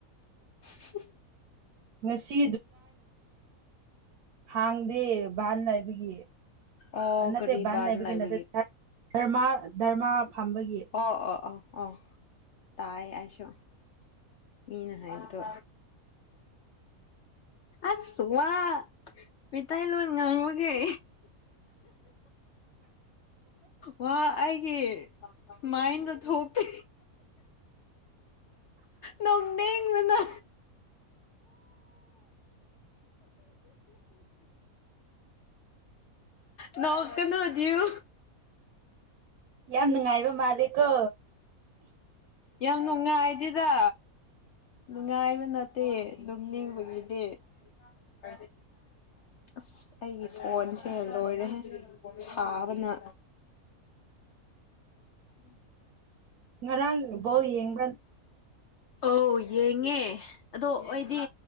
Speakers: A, on the left; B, on the right.
A: <inaudible>
B: ꯉꯁꯤ ꯍꯥꯡꯗꯤꯦ ꯚꯟꯅꯥꯕꯒꯤ
A: ꯑꯣ
B: ꯅꯠꯇꯦ
A: ꯀꯔꯤ
B: ꯚꯟꯩꯕꯒꯤ
A: ꯕꯥꯟ ꯂꯩꯕꯒꯤ
B: ꯅꯠꯇꯦ ꯙꯔꯃ ꯙꯔꯃ ꯐꯝꯕꯒꯤ
A: ꯑꯣ ꯑ ꯑ ꯑꯣ ꯇꯥꯏ ꯑꯩꯁꯨ ꯃꯤꯅ ꯍꯥꯏꯕꯗꯣ ꯑꯁ ꯋꯥ ꯃꯇꯩꯂꯣꯟ ꯉꯥꯡꯕꯒꯦ ꯋꯥ ꯑꯩꯒꯤ ꯃꯥꯏꯟꯗ ꯊꯣꯛꯇꯦ ꯅꯣꯡ ꯅ ꯅꯣꯀꯅ ꯃꯅꯤꯨ
B: ꯌꯥꯝ ꯅꯨꯡꯉꯥꯏꯕ ꯃꯥꯂꯦꯀꯣ
A: ꯌꯥꯝ ꯅꯨꯡꯉꯥꯏꯗꯦꯗ ꯅꯨꯡꯉꯥꯏꯕ ꯅꯠꯇꯦ ꯑꯗꯨꯝ ꯅꯤꯡꯕꯒꯤꯗꯤ ꯑꯗꯨꯗꯤ ꯑꯁ ꯑꯩꯒꯤ ꯐꯣꯟꯁꯦ ꯂꯣꯏꯔꯦ ꯁꯥꯕꯅ
B: ꯉꯔꯥꯡ ꯕꯥꯎ ꯌꯦꯡꯕ꯭ꯔꯥ
A: ꯑꯧ ꯌꯦꯡꯉꯦ ꯑꯗꯣ ꯑꯩꯗꯤ